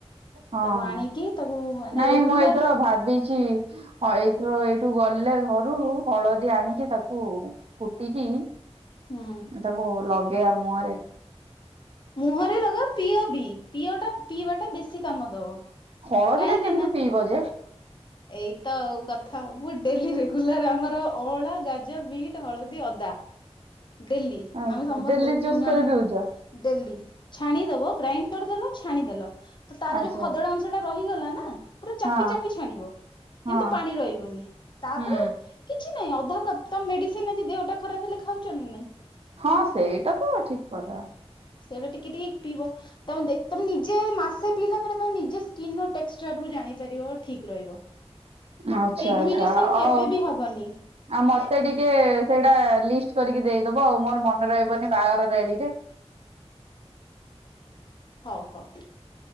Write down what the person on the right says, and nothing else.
ହଁ
ହଁ,
ନାଇଁ
ମୁଁ ଏଇଥର ଭାବିଛି ହଁ ଏଇଥର ଏଇଠୁ ଗଲେ ଘରୁ ହଳଦୀ ଆଣିକି ତାକୁ କୁଟିକି
ତାକୁ ଲଗେଇବା ମୁହଁରେ।
ହଳଦୀ
ଟା କେମତୀ
ପିଇବ ଯେ?
ଆଚ୍ଛା
ଡେଲି
ଚୁଜ୍
କରି ପିଉଛ
ଆଚ୍ଛା
ହଁ
ହଁ
ହୁଁ
ହଁ ସେଇଟା ତ ଠିକ୍ କଥା।
ଆଚ୍ଛା
ଆଚ୍ଛା
ଆଉ
ଆଉ ମତେ ଟିକେ ସେଇଟା ଲିଷ୍ଟ କରିକି ଦେଇଦବ ଆଉ ମୋର ମନେ ରହିବନି ବାହାଘର ଡେଳିରେ।